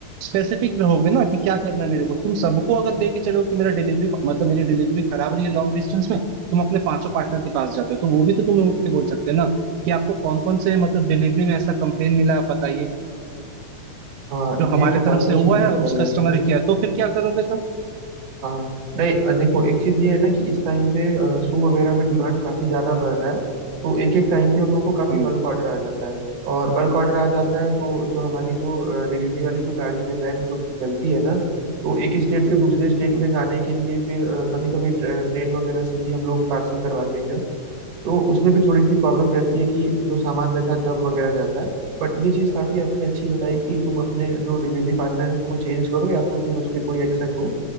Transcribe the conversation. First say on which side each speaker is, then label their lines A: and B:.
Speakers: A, on the right; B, on the right.
A: स्पेसिफिक रहोगे ना कि क्या करना है मेरे को तुम सबको अगर लेके चलो कि मेरा डिलीवरी मतलब मेरी डिलीवरी खराब रही है लॉन्ग डिस्टेंस में तुम अपने पांचों पार्टनर के पास जाते हो तो वो भी तो तुम्हें उठ के बोल सकते हैं ना कि आपको कौन कौन से मतलब डिलीवरी में ऐसा कंप्लेन मिला आप बताइए
B: हाँ
A: जो
B: ये
A: हमारे
B: तो
A: तरफ
B: काफी
A: से
B: अच्छी
A: हुआ
B: चीज
A: है
B: बताई
A: और उस
B: है
A: कस्टमर
B: आपने
A: ने किया है। तो फिर क्या करोगे तुम
B: हाँ नहीं अ, देखो एक चीज ये है ना कि इस टाइम पे शू वगैरह में डिमांड
A: हम्म
B: काफी ज्यादा बढ़ रहा है तो एक एक टाइम पे हम लोग को काफी
A: हम्म
B: बल्क ऑर्डर आ जाता है और बल्क ऑर्डर आ जाता है तो जो हमारी जो डिलीवरी वाली जो गाड़ी है वैन जो निकलती है ना तो एक स्टेट से
A: हम्म,
B: दूसरे स्टेट
A: हम्म,
B: में जाने के लिए फिर कभी कभी ट्रेन वगैरह से भी हम लोग पार्सल करवाते हैं तो उसमें भी थोड़ी सी प्रॉब्लम रहती है कि जो सामान रहता है दब वगैरह जाता है बट ये चीज़ काफ़ी आपने अच्छी बताई
A: हम्म।
B: कि तुम अपने जो डिलीवरी पार्टनर है उसको चेंज करो या तो फिर उस पर कोई एक्शन लो